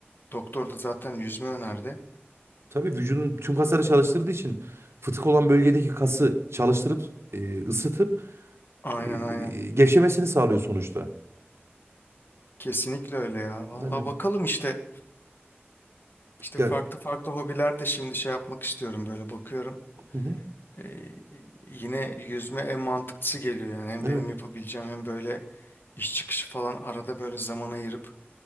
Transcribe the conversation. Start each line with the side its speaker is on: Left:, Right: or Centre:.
Left: doktor da zaten yüzme önerdi.
Right: Tabii vücudun tüm kasları çalıştırdığı için fıtık olan bölgedeki kası çalıştırıp e, ısıtıp
Left: Aynen
Right: e,
Left: aynen.
Right: gevşemesini sağlıyor sonuçta.
Left: Kesinlikle öyle ya. Vallahi
Right: Yani
Left: bakalım işte. İşte
Right: ya
Left: farklı farklı hobiler de şimdi şey yapmak istiyorum böyle bakıyorum.
Right: hı hı,
Left: Ee, yine yüzme en mantıklısı geliyor yani. Hem
Right: evet
Left: benim yapabileceğim hem böyle iş çıkışı falan arada böyle zaman ayırıp